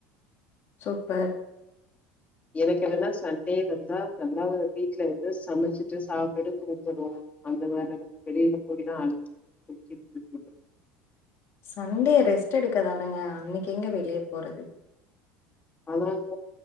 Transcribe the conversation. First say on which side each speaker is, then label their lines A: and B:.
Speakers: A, on the left; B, on the left.
A: சூப்பர்
B: எனக்கு என்னான்னா சண்டே வந்தா நல்லா ஒரு வீட்டுல வந்து சமைச்சிட்டு சாப்டுட்டு தூங்கணும் அந்த மாரி வெளியில போய் தான் அழடிக்க
A: சண்டே ரெஸ்ட் எடுக்கதானங்க அன்னைக்கு எங்க வெளிய போறது
B: ஆமாங்க